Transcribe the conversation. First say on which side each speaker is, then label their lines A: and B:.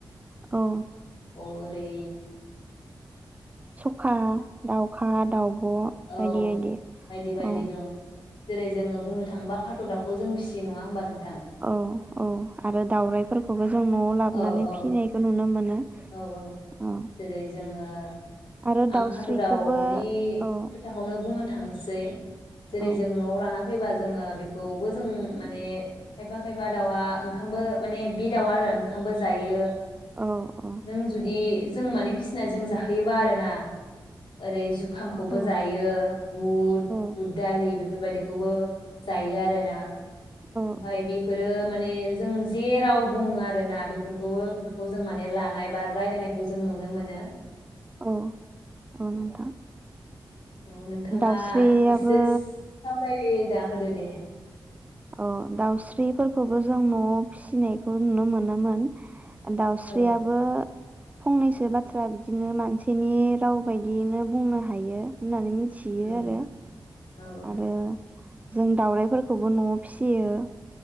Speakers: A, on the right (about 15°); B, on the left (about 80°).
A: औ
B: अरै
A: सखा, दाउ खा, दाउब बायदि
B: औ
A: बायदि
B: बायदि बायदि
A: औ
B: दं जेरै जोङो बुंनो थांबा फाथ' दाउखौ जों फिसि नङा होमब नों
A: औ औ आरो दउरायाइफोरखौबो जों न'आव लाबोनानै
B: औ औ
A: फिसिनायखौ नुनो मोनो।
B: औ औ
A: औ
B: जेरै जोङो ओ
A: आरो
B: आं
A: दाउस्रिखौबो
B: फाथ' दावनि
A: औ
B: खोथाखौनो बुंनो थांनोसै जेरै
A: औ
B: जोङो न'आव लाना फैबा जोङो बेखौबो जों माने खायफा खायफा दाउआ ओंखामबो माने बि दाउआ आरो ओंखामबो जायो।
A: औ औ
B: नों जुदि जों माने फिसिना जों जाहोयोबा आरो ना ओरै जु खामखौबो
A: औ
B: जायो बुद
A: औ
B: बुद दालि बे फोरबायदिखौबो जायो आरोना।
A: औ
B: ओमफाय बेफोरो मो ने जों जे राव बुङो आरोना बेफोरखौबो बेखौ जों माने लानाय बा रायलायनायखौ जों नुनो मोनो।
A: औ औ औ नोंथां
B: औ नोंथाङा
A: दाउस्रियाबो
B: एसेस ओमफाय दा होदो दे।
A: औ दाउस्रिफोरखौबो जों न'आव फिसिनायखौ नुनो मोनोमोन। दाउस्रियाबो
B: औ
A: फंनैसो बाथ्रा बिदिनो मानसिनि राव बायदियैनो बुंनो हायो होननानै मि थियो
B: औ
A: आरो
B: औ
A: आरो बुं दाउरायफोरखौबो न'आव फिसियो।